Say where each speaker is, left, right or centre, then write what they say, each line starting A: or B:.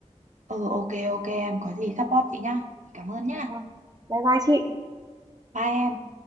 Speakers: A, on the right; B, on the right.
A: Ừ, ok, ok em. Có gì support chị nhá. Chị cảm ơn nhá.
B: dạ vâng bye bye chị
A: Bye em.